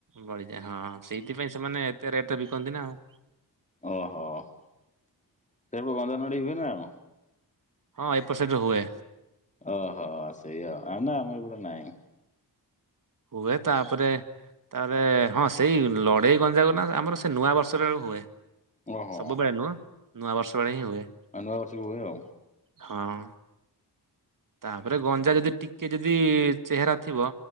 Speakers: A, on the right (about 50°); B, on the left (about 20°).
A: ବଢିଯାଏ, ହଁ ସେଇଥିପାଇଁ ସେମାନେ ଏତେ ରେଟ୍ ରେ ବିକନ୍ତି ନା ଆଉ।
B: ଓ ହୋ ସେପଟେ ଗଞ୍ଜା ନଢ଼େଇ ହୁଏ ନା ଆଉ?
A: ହଁ ଏପଟ ସାଇଡରେ ହୁଏ।
B: ଓ ହୋ ସେଇଆ ଆଉ, <unintelligible> ନାଇଁ ଆମର ଏପଟେ ନାଇଁ।
A: ହୁଏ ତାପରେ ତାପରେ ହଁ ସେଇ ଲଢ଼େଇ ଗଞ୍ଜା ଗ ନା ଆମର ସେ ନୂଆ ବର୍ଷରେ ହୁଏ।
B: ଓହୋ
A: ସବୁବେଳେ ନୁହଁ, ନୂଆବର୍ଷ ବେଳେ ହିଁ ହୁଏ।
B: ଆ ନୂଆବର୍ଷକୁ ହୁଏ ଆଉ।
A: ହଁ। ତାପରେ ଗଞ୍ଜା ଯଦି ଟିକେ ଯଦି ଚେହେରା ଥିବ,